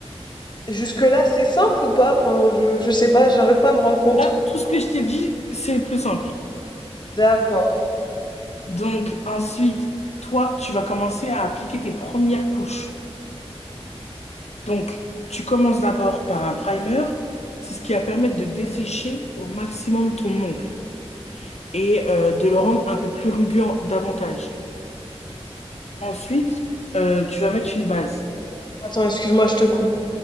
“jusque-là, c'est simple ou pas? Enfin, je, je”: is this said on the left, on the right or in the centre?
Left